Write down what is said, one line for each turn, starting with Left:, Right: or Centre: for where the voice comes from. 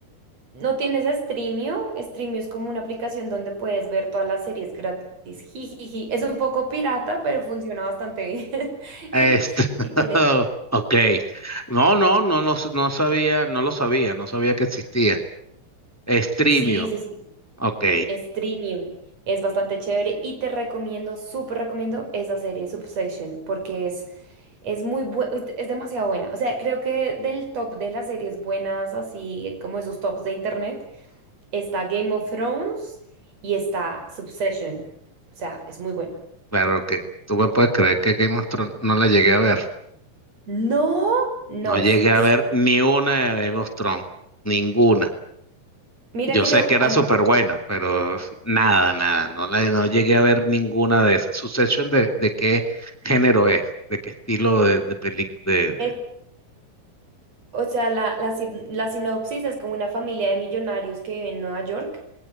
Right: ¿No tienes Streamio? Streamio es como una aplicación donde puedes ver todas las series gratis. Jijiji. Es un poco pirata, pero funciona bastante bien. <laughs>
Centre: Este,
Right: Y,
Centre: <laughs>
Right: y tiene,
Centre: ok. No, no, no, no, no sabía, no lo sabía, no sabía que existía. Streamio,
Right: sí, sí, sí,
Centre: ok.
Right: Streamio. Es bastante chévere y te recomiendo, súper recomiendo esa serie Substation porque es, es muy buena, es demasiado buena. O sea, creo que del top de las series buenas, así como esos tops de internet, está Game of Thrones y está Subsession. O sea, es muy buena.
Centre: Claro que tú me puedes creer que Game of Thrones no la llegué a ver.
Right: No, no,
Centre: No llegué
Right: es una
Centre: a
Right: super.
Centre: ver ni una de Game of Thrones, ninguna.
Right: Mira
Centre: Yo
Right: que
Centre: sé
Right: yo,
Centre: que era
Right: an-
Centre: súper buena, pero nada, nada, no, la, no llegué a ver ninguna de esas. Succession de, de qué género es, de qué estilo de, de película,
Right: es- o sea, la, la, sin- la sinopsis es como una familia de millonarios que vive en Nueva York